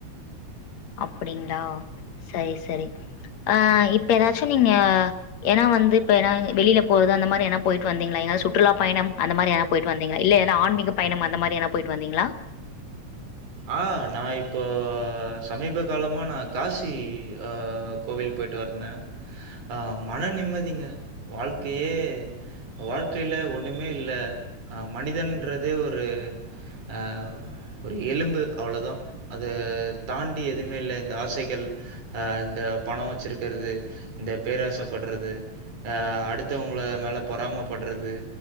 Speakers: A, on the left; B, on the right.
A: அப்டிங்ளா சரி சரி அ இப்ப எதாச்சு நீங்க ஏனா வந்து இப்ப எனா வெளியில போறது அந்த மாரி எனா போயிட்டு வந்திங்ளா எங்காவது சுற்றுலா பயணம் அந்த மாரி எதனா போயிட்டு வந்தீங்களா இல்ல எதனா ஆன்மீக பயணம் அந்த மாரி எதனா போயிட் வந்தீங்ளா
B: ஆ நா இப்போ சமீப காலமா நா காசி ஆ கோவில் போயிட்டு வந்த அ மனநிம்மதிங்க வாழ்க்கையே வாழ்க்கைல ஒன்னுமே இல்ல அ மனிதன்றதே ஒரு அ ஒரு எலும் அவ்ளதா அத தாண்டி எதுமே இல்ல இந்த ஆசைகள் அ இந்த பணோ வச்சிருக்கிறது இந்த பேராசப்படுறது அ அடுத்தவங்கள மேல பொறாம பட்றது